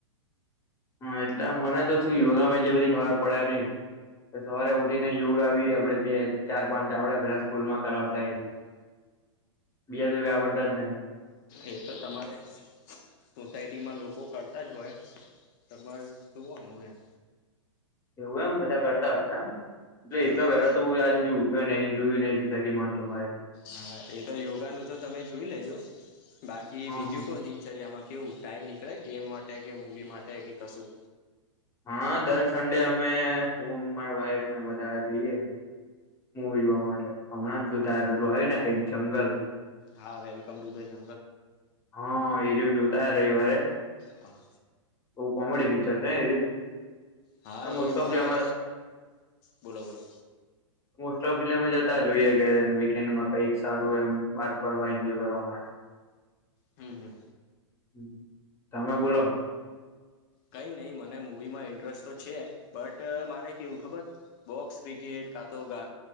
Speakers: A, on the left; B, on the left.
A: હ એટલે મને તો શું યોગામાં એટલી બધી ખબર પડે નહ સવારે ઉઠી ને યોગા આવી આપડે બે ચાર ચાવડે પેલા સ્કૂલ માં કરાવતા હ બીજાજ કઈ આવડતા જ નહી
B: એ તો તમારે સોસાયટીમાં લોકો કરતા જ હોય તમારે જોવાનું એમ
A: એવું એમ બધા કરતા હશે એમ એટલે એટલો
B: હા
A: વહેલો તો હ આજુ જો ન જોયું નઈ સોસાયટી મામાં તો મારે
B: હા એ તો યોગા નું તો તમે જોઈ લેજો બાકી
A: હા
B: બીજું કો દિનચર્યામાં કેવું ટાઈમ નીકળે ગેમ માટે કે મૂવી માટે કે કશું
A: હા દર સન્ડે અમે હું મારા વાઈફને બધાવા જઈએ હ જોવા માટે હમણાં જ જોતાય પેલું આવે ને કઈક જંગલ
B: હા વેલકમ રૂધ છે
A: હા હઈરું જોતા હ રવિવારે
B: હા
A: બ કોમેડી પિક્ચર છે એ
B: હા
A: મોસ્ટ
B: એ
A: ઓફલી
B: મારે
A: અમે
B: બોલો બોલો
A: મોસ્ટ ઓફ ફિલ્મ જ તા જોઈએ કે વીકેન્ડમાં કઈક સારું એમ બહાર ફરવા એન્જોય કરવા માટે
B: હમ હમ
A: હ તમે બોલો
B: કઈ નહીિ મને મુવી માં ઇન્ટરેસ્ટ તો છે બટ મારે કેવું ખબર બોક્સ ક્રિકેટ કાંટા